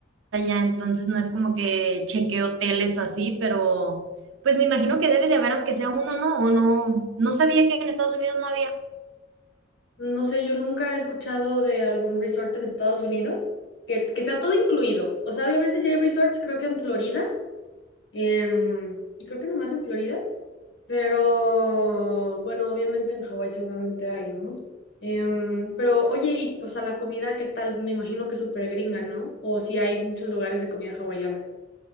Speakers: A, on the right; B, on the left.
A: allá, entonces no es como que chequeé hoteles o así, pero pues me imagino que debe de haber aunque sea uno, ¿no? O no, no sabía que en Estados Unidos no había.
B: No sé, yo nunca he escuchado de algún resort en Estados Unidos que, que sea todo incluido. O sea, obviamente si hay resorts, creo que en Florida, em, y creo que nomás en Florida, Pero bueno, obviamente en Hawái seguramente hay, ¿no? Em, pero oye, y, o sea, la comida, ¿qué tal? Me imagino que es súper gringa, ¿no? O si hay muchos lugares de comida hawaiana.